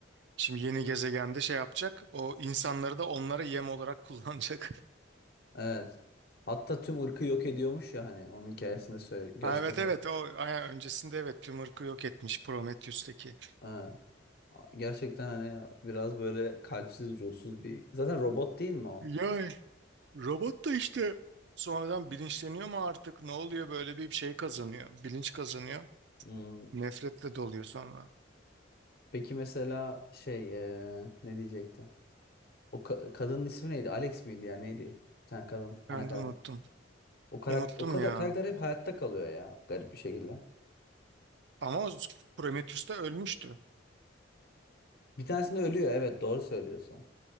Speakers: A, on the right (about 60°); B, on the left (about 55°).
A: şimdi yeni gezegende şey yapacak. O insanları da onlara yem olarak kullanacak. <laughs>
B: Evet. Hatta tüm ırkı yok ediyormuş ya hani onun hikayesinde söyle, gösteriyor.
A: Ha, evet evet o aya- öncesinde evet Tümörk'ü yok etmiş Prometheus'taki.
B: Evet. Gerçekten hani biraz böyle kalpsiz ruhsuz bir zaten robot değil mi o?
A: Ya robot da işte sonradan bilinçleniyor mu artık ne oluyor böyle bir şey kazanıyor. Bilinç kazanıyor.
B: Hmm.
A: Nefretle doluyor sonra.
B: Peki mesela şey eee, ne diyecekti? O ka- kadının ismi neydi? Alex miydi ya neydi? Bir tane kadın ana
A: Ben
B: karakter.
A: de unuttum.
B: O karakter
A: Unuttum
B: o kadar
A: ya.
B: karakter hep hayatta kalıyor ya garip bir şekilde.
A: Ama o Prometheus da ölmüştü.
B: Bir tanesinde ölüyor evet doğru söylüyorsun.